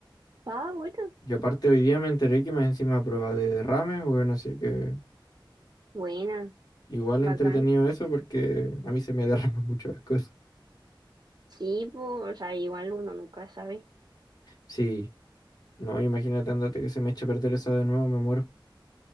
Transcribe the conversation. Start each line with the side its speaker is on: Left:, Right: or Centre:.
Right: Ah, bueno.
Left: Y aparte hoy día me enteré que más encima a prueba de derrames, bueno, así que...
Right: Buena,
Left: Igual
Right: bacán.
Left: entretenido eso porque a mí se me derraman <laughs> mucho las cosas.
Right: Sí, pues, o sea, igual uno nunca sabe.
Left: Sí, no, imagínate, andate que se me eche a perder esa de nuevo, me muero.